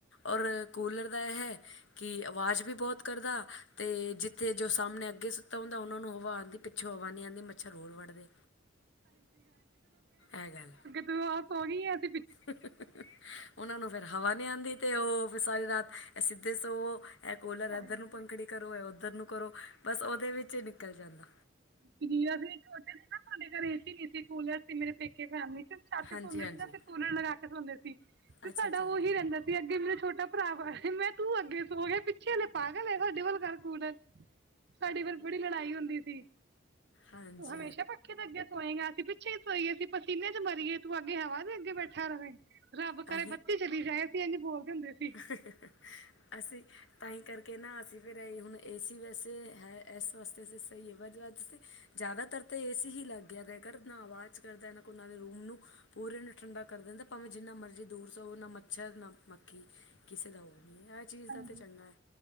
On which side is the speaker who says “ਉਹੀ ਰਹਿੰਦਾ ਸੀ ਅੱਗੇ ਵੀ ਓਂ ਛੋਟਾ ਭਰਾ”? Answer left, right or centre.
Right